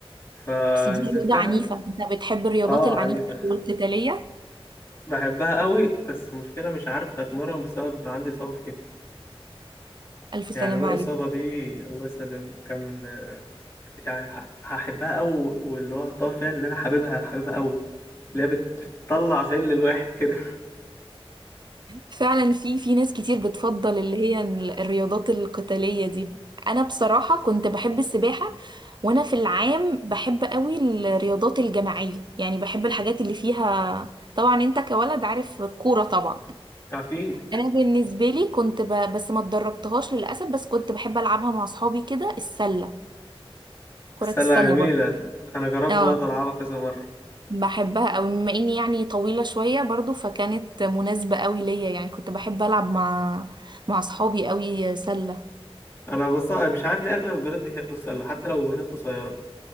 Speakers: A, on the left; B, on the right.
A: فنزلتها
B: بس دي رياضة عنيفة انت بتحب الرياضات
A: اه
B: العنيفة
A: عنيفة <laughs>
B: والقتالية
A: بحبها قوي بس المشكلة مش عارف اتمرن بسبب عندي إصابة في كتفي
B: ألف
A: يعني
B: سلامة
A: لو الإصابة
B: عليك
A: دي الله يسلمك كان يعني ه- هحبها قوي واللي هو هطور فيها اللي أنا حاببها حاببها قوي اللي هي بت- بتطلع غل الواحد كده
B: فعلا في في ناس كتير بتفضل اللي هي ال- الرياضات القتالية دي أنا بصراحة كنت بحب السباحة وأنا في العام بحب قوي الرياضات الجماعية يعني بحب الحاجات اللي فيها طبعا انت كولد عارف الكورة طبعا
A: <laughs> أكيد
B: أنا بالنسبة لي كنت ب... بس ما اتدربتهاش للأسف بس كنت بحب ألعبها مع أصحابي كده السلة كرة
A: السلة
B: السلة
A: جميلة
B: برضه
A: أنا جربت
B: اه
A: برضه ألعبها كذا مرة
B: بحبها قوي بما اني يعني طويلة شوية برضو فكانت مناسبة قوي ليا يعني كنت بحب العب مع مع اصحابي قوي سلة
A: أنا بص مش عارف ليه أغلب البنات بيحبوا السلة حتى لو بنات قصيرة